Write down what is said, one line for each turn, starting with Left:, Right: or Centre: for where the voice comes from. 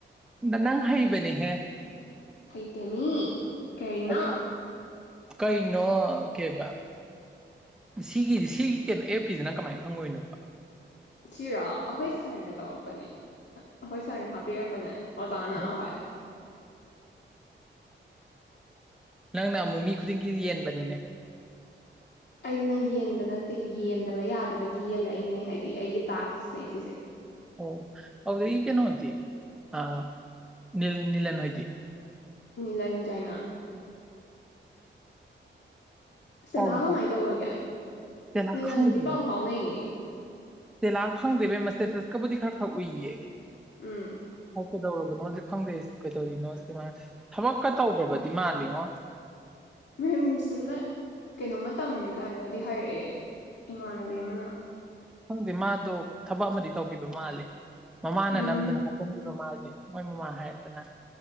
Centre: ꯅꯪ ꯍꯩꯕꯅꯦꯍꯦ
Left: ꯄꯇꯦꯃꯤ ꯀꯅ
Centre: ꯑꯗꯨꯅ ꯀꯩꯅꯣ ꯀꯦꯕ ꯁꯤꯒꯤ ꯁꯤꯒꯤ ꯀꯩꯅꯣ ꯑꯦꯞꯀꯤꯁꯤꯅ ꯀꯃꯥꯏꯅ ꯈꯪꯉꯣꯏꯅꯣꯕ
Left: ꯈꯤꯔ ꯑꯩꯈꯣꯏ ꯁꯥꯔꯅ ꯇꯧꯔꯛꯄꯅꯦ ꯑꯩꯈꯣꯏ ꯁꯥꯔꯅ ꯍꯥꯞꯄꯤꯔꯛꯄꯅꯦ ꯑꯣꯖꯥꯅ
Centre: ꯅꯣꯏ
Left: ꯑꯍꯣꯏ
Centre: ꯅꯪ ꯅ ꯑꯃꯨ ꯃꯤ ꯈꯨꯗꯤꯡꯒꯤ ꯌꯦꯟꯕꯅꯤꯅꯦ
Left: ꯑꯩꯅ ꯌꯦꯟꯕ ꯅꯠꯇꯦ ꯌꯦꯟꯗꯕ ꯌꯥꯗꯕꯒꯤ ꯌꯦꯜꯂꯛꯏꯅꯦ ꯍꯥꯏꯗꯤ ꯑꯩꯒꯤ ꯇꯥꯛꯁꯅꯦ ꯁꯤꯁꯦ
Centre: ꯑꯣ ꯍꯗ ꯌꯦꯒꯦ ꯅ ꯍꯗꯤ ꯑꯅꯤꯜꯅꯤꯂ ꯅꯣꯏꯗꯤ
Left: ꯂꯟ ꯆꯥꯏꯅꯥ ꯇꯂꯥ
Centre: ꯄꯥꯎ
Left: ꯀꯃꯥꯏꯅ ꯇꯧꯔꯒꯦ
Centre: ꯇꯦꯂꯥ
Left: ꯅꯦꯂꯟꯕꯨꯗꯤ
Centre: ꯈꯪꯗꯦ
Left: ꯄꯥꯎ ꯐꯥꯎꯅꯩꯌꯦ
Centre: ꯇꯦꯂꯥ ꯈꯪꯗꯕ ꯃꯁꯦ ꯇꯁꯀꯕꯨꯗꯤ ꯈꯔ ꯈꯪ ꯎꯏꯌꯦ
Left: ꯎꯝ
Centre: ꯑꯣ ꯀꯦꯗꯧꯔꯕ ꯅ ꯈꯪꯗꯦ ꯀꯩꯗꯧꯔꯤꯅꯣ ꯁꯤ ꯃꯥ ꯊꯕꯛꯀ ꯇꯧꯈ꯭ꯔꯕꯗꯤ ꯃꯥꯜꯂꯤꯉꯣ
Left: ꯔꯤꯝꯁꯇ ꯀꯩꯅꯣꯝꯃ ꯇꯝꯃꯦ ꯀꯥꯏꯅꯒꯗꯤ ꯍꯥꯏꯔꯛꯑꯦ ꯏꯃꯥꯟꯅꯕꯤ ꯑꯃꯅ
Centre: ꯈꯪꯗꯦ ꯃꯥꯗꯣ ꯊꯕꯛ ꯑꯃꯗꯤ ꯇꯧꯈꯤꯕ ꯃꯥꯂꯦ ꯃꯃꯥꯅ
Left: ꯎꯝ
Centre: ꯅꯝꯗꯨꯅ ꯍꯥꯄꯣꯝꯕꯤꯕ ꯃꯥꯜꯂꯤ ꯃꯣꯏ ꯃꯃꯥ ꯍꯥꯏꯔꯗꯅ